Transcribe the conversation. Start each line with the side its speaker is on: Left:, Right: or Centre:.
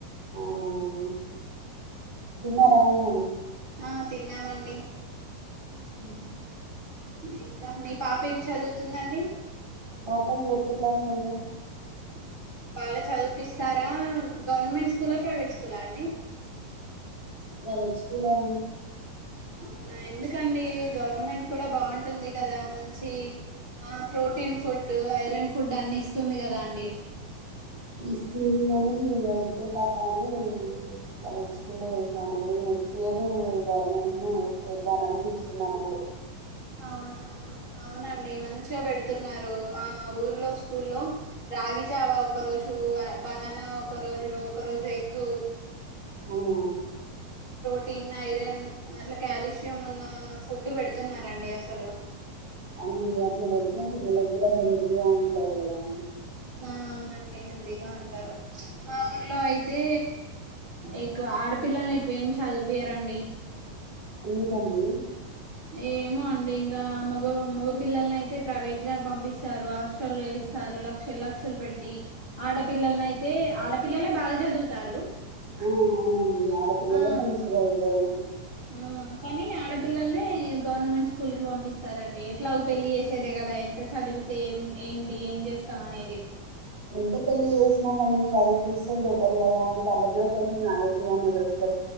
Right: అవునా అండి తిన్నారా అండి మరి
Left: ఆ తిన్నామండి.
Right: మ్
Left: ఇంకా మీ పాప ఏం చదువుతుందండి?
Right: పాప ఫోర్త్ క్లాస్ అండి.
Left: మ్మ్ హు బాగా చదిపిస్తారా గవర్నమెంట్ స్కూలా, ప్రైవేట్ స్కూలా అండి.
Right: ప్రైవేట్ స్కూలే అండి
Left: అవునా ఎందుకండి గవర్నమెంట్ కూడా బాగుంటుంది కదా మంచి. ఆ ప్రోటీన్ ఫుడ్, ఐరన్ ఫుడ్ అన్ని ఇస్తుంది కదా అండి.
Right: ఇస్తుంది కాగాని ఇం ఒకతే పాత అని కాలేజ్ స్కూల్లో వసానుండి నేను నెక్స్ట్ ఇయర్ గవర్నమెంట్ ని ఇద్దామని చూస్తున్నామండి
Left: అవునా అవునండి మంచిగా పెడుతున్నారు మా ఊర్లో స్కూల్లో రాగిజావా ఒక రోజు బనానా ఒక రోజు ఒక రజు రోజు ఎగ్గు
Right: హ్మ్మ్
Left: టిన్ ఐరన్ అట్లా కాల్షియం ఉన్న ఫుడ్ పెడుతున్నారండి అసలు
Right: అవున అట్లా పెడితే పిల్లలకు కూడా హెల్దీగా ఉంటది కదా
Left: అవునండి హెల్తీగా ఉంటారు మా ఊర్లో అయితే ఎక్కువ ఆడపిల్లల్ని ఎక్కువేం చదిపియారండి
Right: ఎందుకండి
Left: ఏమో అండి ఇంకా మగ మగ పిల్లల్ని అయితే ప్రైవేట్ గా పంపిస్తారు హాస్టల్ల్లో వేసి స్తారు లక్షల లక్షలు పెట్టి ఆడపిల్లని అయితే ఆడపిల్లలే బాగా చదువుతారు
Right: ఆ అవునండి ఆడపిల్లలే
Left: ఆ
Right: మంచిగా చదువుతారు
Left: ఆ కానీ ఆడపిల్లల్ని గవర్నమెంట్ స్కూల్ కి పంపిస్తారండి ఎట్లా పెళ్లిి చేసేదే కదా ఎంత చదివితే ఏం ఏంటి ఏం చేస్తాం అనేది
Right: ఎంత పెళ్లిి చేసినా కొంచెం చదివిపిస్తే బెటర్ కదా అండి వాళ్ళకి కూడా కొంచెం నాలెడ్జ్ వస్తుంది